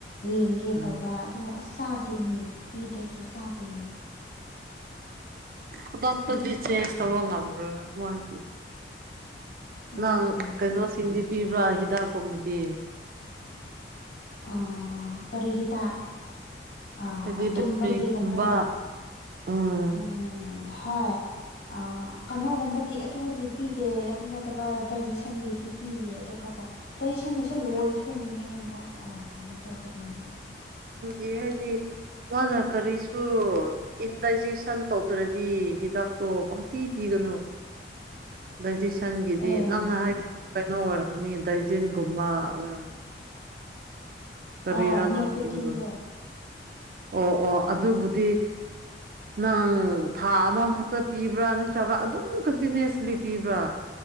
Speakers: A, on the left; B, on the right.
A: ꯌꯦꯡꯒꯦ
B: ꯎꯝ
A: ꯇꯧꯕ ꯑꯗꯨ ꯑꯁ ꯆꯥꯗꯦꯅꯦ ꯄꯤꯗ꯭ꯔꯁꯨ ꯆꯥꯗꯦꯌꯦ
B: ꯈꯨꯗꯛꯇ ꯆꯦ ꯁꯕꯉ ꯋꯥꯁꯦ
A: ꯎꯝ
B: ꯅꯪ ꯀꯩꯅꯣꯁꯤꯡꯗꯤ ꯄꯤꯕ꯭ꯔꯥ ꯍꯤꯗꯥꯛꯀꯨꯝꯕꯗꯤ
A: ꯑ ꯀꯔꯤꯍꯤ ꯇ ꯑꯥ
B: ꯍꯥꯏꯗꯤ
A: ꯇꯨꯝꯕꯒꯤꯒꯨꯝꯕꯒ
B: ꯚꯤꯇꯃꯤꯟꯒꯨꯝꯕ ꯎꯝ
A: ꯎꯝ ꯍꯣꯏ ꯑ ꯀꯩꯅꯣꯒꯨꯝꯕꯗꯤ ꯑꯗꯨꯕꯨꯗꯤ ꯄꯤꯗꯦ ꯑꯗꯨ ꯅꯠꯇꯕ ꯗꯥꯏꯖꯦꯁꯟꯒꯤꯗꯤ ꯄꯤꯌꯦ ꯑꯗꯨ ꯈ ꯇꯁꯟꯒꯁ ꯂꯣꯏꯈ꯭ꯔꯤꯅꯤꯍꯦ ꯍꯟꯗꯛ ꯀꯩꯅꯣ ꯇꯧꯗ꯭ꯔꯤꯅꯤꯍꯦ
B: ꯌꯦ ꯍꯥꯏꯗꯤ ꯃꯥꯅ ꯀꯔꯤꯁꯨ ꯏꯟꯗꯥꯏꯖꯦꯁꯟ ꯇꯧꯗ꯭ꯔꯗꯤ ꯍꯤꯗꯥꯛꯇꯣ ꯄꯪꯄꯤꯕꯤꯒ ꯣꯁꯁ ꯁꯟꯒꯤꯗꯤ
A: ꯑꯦ
B: ꯅꯪꯅ ꯍꯥꯏꯕ ꯀꯩꯅꯣ ꯑꯣꯏꯔꯝꯅꯤ ꯗꯗꯥꯏꯖꯤꯟꯒꯨꯝꯕ ꯑꯣꯏꯔꯝꯅꯤ ꯀꯔꯤꯔꯥ
A: ꯑꯣ ꯅꯤꯌꯣꯄꯦꯇꯤꯟꯗꯣ
B: ꯅꯄꯤꯕꯗꯣ ꯑꯣ ꯑꯣ ꯑꯗꯨꯕꯨꯗꯤ ꯅꯪ ꯊꯥ ꯑꯃꯈꯛꯇ ꯄꯤꯕ꯭ꯔꯥ ꯅꯠꯇ꯭ꯔꯒ ꯑꯗꯨꯝ ꯀꯟꯇꯤꯅꯋꯁꯂꯤ ꯄꯤꯕ꯭ꯔꯥ